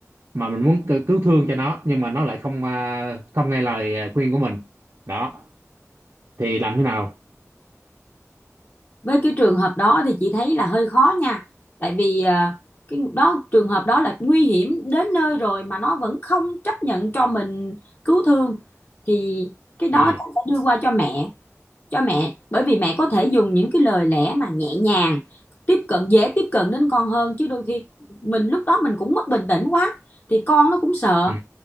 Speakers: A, on the right; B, on the left.
A: mà mình muốn cứu cứu thương cho nó nhưng mà nó lại không à, không nghe lời à, khuyên của mình đó thì làm thế nào
B: với cái trường hợp đó thì chị thấy là hơi khó nha tại vì à, cái đó trường hợp đó là nguy hiểm đến nơi rồi mà nó vẫn không chấp nhận cho mình cứu thương thì cái đó
A: ừ.
B: chắc phải đưa qua cho mẹ cho mẹ bởi vì mẹ có thể dùng những cái lời lẽ mà nhẹ nhàng tiếp cận dễ tiếp cận đến con hơn chứ đôi khi mình lúc đó mình cũng mất bình tĩnh quá thì con nó cũng sợ
A: Ừ.